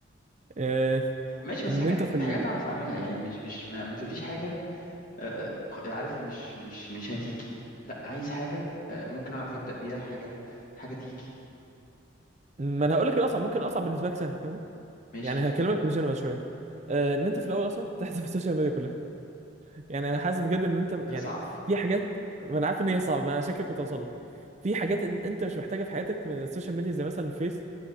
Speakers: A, on the right (about 35°); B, on the left (about 45°).
A: آه،
B: ماشي بس
A: ان
B: حاجات
A: انت في ال...
B: حاجات اعرف اعملها يعني مش مش ما, ما تقوليش حاجة آه، عارف مش مش مش هتيجي لا عايز حاجة آه، ممكن أعرف أبدأ بيها حاجة حاجة تيجي
A: ما انا هقول لك الاصعب ممكن الاصعب بالنسبه لك سهل فاهمني
B: ماشي
A: يعني هكلمك بجنوة شويه آه، ان انت في الاول اصلا تحذف السوشيال ميديا كلها يعني انا حاسس بجد ان انت
B: آه،
A: يعني
B: صعب
A: في حاجات ما انا عارف ان هي صعبه انا عشان كده كنت اوصل لك في حاجات إن- انت مش محتاجها في حياتك من السوشيال ميديا زي مثلا الفيس